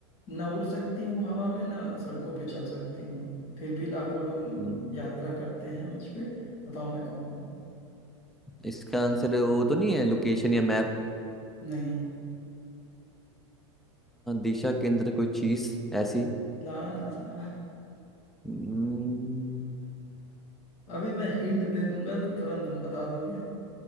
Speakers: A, on the left; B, in the centre.
A: ना उड़ सकती हूँ हवा में ना सड़कों पे चल सकती हूँ फिर भी लाखों लोग
B: हम्म,
A: यात्रा करते हैं मुझ पे बताओ मैं कौन हूँ
B: इसका आंसर वो तो नहीं है लोकेशन या मैप
A: नहीं
B: दिशा केंद्र कोई चीज ऐसी
A: ना ना ना ना
B: हम्म,
A: अभी मैं हिंट दे दूंगा तो तुरंत तुम बता दोगे